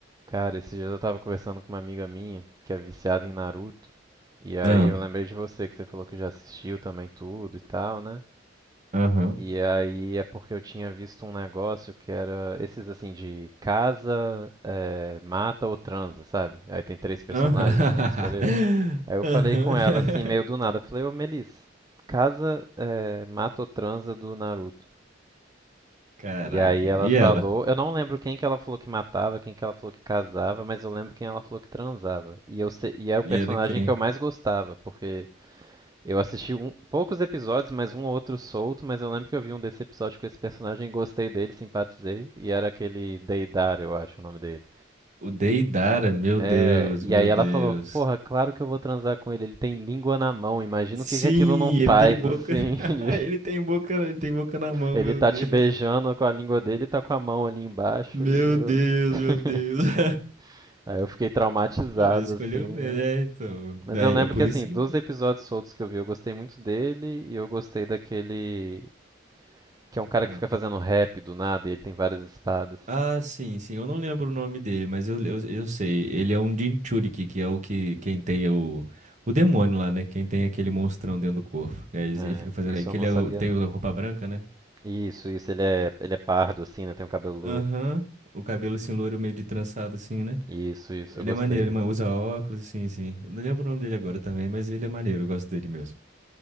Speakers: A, on the right; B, on the right.
A: Cara, esses dias eu tava conversando com uma amiga minha que é viciada em Naruto, e aí
B: ah
A: eu lembrei de você, que você falou que já assistiu também tudo e tal, né?
B: Aham.
A: E aí é porque eu tinha visto um negócio que era esses assim de casa, eh, mata ou transa, sabe? Aí tem três personagens,
B: Aham.
A: você tem que escolher. Aí eu
B: <laughs> Aham.
A: falei com ela assim, meio do nada, falei, ô Melis, casa, eh, mata ou transa do Naruto.
B: Caraca.
A: E aí ela
B: E
A: falou,
B: ela?
A: eu não lembro quem que ela falou que matava, quem que ela falou que casava, mas eu lembro quem ela falou que transava. E eu se- e é o personagem
B: E ela é quem?
A: que eu mais gostava, porque eu assisti um- poucos episódios, mas um ou outro solto, mas eu lembro que eu vi um desse episódio com esse personagem, gostei dele, simpatizei, e era aquele Deidara, eu acho o nome dele.
B: O Deidara, meu
A: É,
B: Deus,
A: e
B: meu
A: aí ela
B: Deus.
A: falou, porra, claro que eu vou transar com ele, ele tem língua na mão, imagina
B: Sim,
A: o que que aquilo não faz,
B: ele tem boca.
A: assim,
B: <laughs>
A: <laughs> de-
B: Ele tem boca, ele tem boca na mão,
A: ele
B: meu
A: tá
B: Deus.
A: te beijando com a língua dele e tá com a mão ali embaixo,
B: Meu
A: e eu...
B: Deus,
A: <laughs>
B: meu Deus. <laughs>
A: Aí eu fiquei traumatizado,
B: Não, mas escolheu
A: assim,
B: bem,
A: mas...
B: é, então. Daí,
A: Mas eu lembro
B: é por
A: que, assim,
B: isso
A: dos
B: que.
A: episódios soltos que eu vi, eu gostei muito dele e eu gostei daquele... Que é um cara
B: Ah.
A: que fica fazendo rap do nada e ele tem várias espadas.
B: Ah, sim, sim. Eu não lembro o nome dele, mas eu, eu, eu sei. Ele é um Jinchuriki, que é o que quem tem o, o demônio lá, né? Quem tem aquele monstrão dentro do corpo. Aí ele
A: É,
B: fica fazendo
A: isso
B: aí. Que
A: eu não
B: ele
A: sabia,
B: é o- tem
A: não.
B: a roupa branca, né?
A: Isso, isso, ele é, ele é pardo, assim, né? Tem um cabelo loiro.
B: Aham. O cabelo assim, loiro, meio de trançado, assim, né?
A: Isso, isso,
B: Ele
A: eu gostei
B: é maneiro,
A: dele.
B: ele ma- usa óculos, assim, assim. Eu Não lembro o nome dele agora também, mas ele é maneiro, eu gosto dele mesmo.